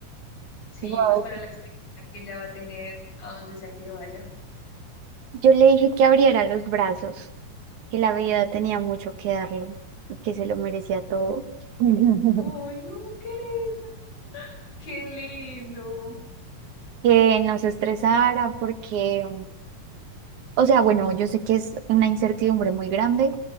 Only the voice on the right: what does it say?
Wow.
Yo le dije que abriera los brazos, que la vida tenía mucho que darle y que se lo merecía todo. <laughs>
Que no se estresara porque, o sea, bueno, yo sé que es una incertidumbre muy grande,